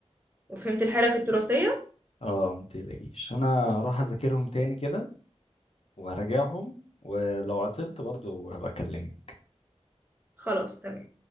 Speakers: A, on the right; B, on the left.
A: وفهمت الحرف التراثيه
B: اه متقلقيش انا
A: صح
B: هروح اذاكرهم تاني كده وهراجعهم ولو عطلت برضه هبقى اكلمك
A: خلاص تمام